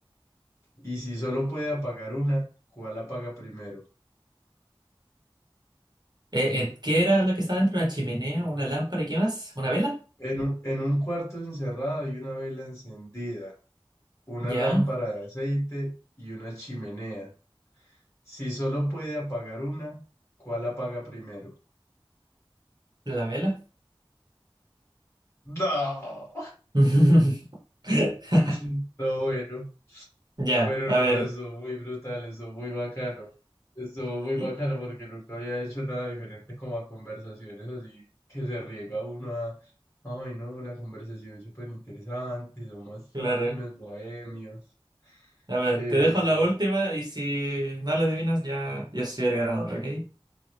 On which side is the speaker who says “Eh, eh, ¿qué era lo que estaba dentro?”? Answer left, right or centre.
Right